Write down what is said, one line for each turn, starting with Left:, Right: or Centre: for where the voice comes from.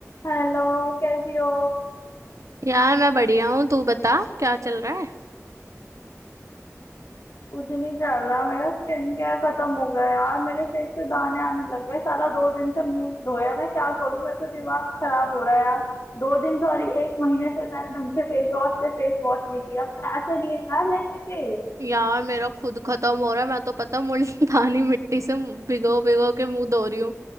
Left: Hello कैसी हो
Right: यार मैं बढ़िया हूँ तू बता क्या चल रहा है
Left: कुछ नहीं चल रहा मेरा स्किन केयर खत्म हो गया यार मेरे फेस पे दाने आने लग गए साला दो दिन से मुंह नहीं धोया मैं क्या करूं मेरा तो दिमाग खराब हो रहा है यार दो दिन सॉरी एक महीने से मैंने ढंग से फेस वॉश से फेस वॉश नहीं किया पैसे नहीं है यार लेने के
Right: यार मेरा खुद खत्म हो रहा है मैं तो पता मुल्तानी मिट्टी से भिगो भिगो के मुंह धो रही हूँ